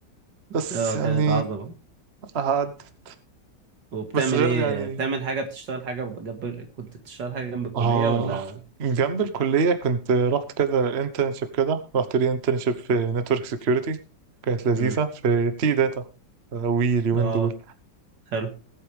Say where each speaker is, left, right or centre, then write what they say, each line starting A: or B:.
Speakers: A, on the right; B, on the right.
A: بس
B: اه
A: يعني
B: كانت عظمة
A: عدت
B: وبتعمل
A: بس غير
B: ايه
A: يعني
B: بتعمل حاجة بتشتغل حاجة جنب كنت بتشتغل حاجة جنب الكلية
A: اه
B: ولا
A: جنب الكلية كنت رحت كذا انترنشيب كده رحت لي انترنشيب في نتورك سيكيورتي كانت لذيذة
B: مم.
A: في تي داتا وي اليومين
B: اه
A: دول
B: حلو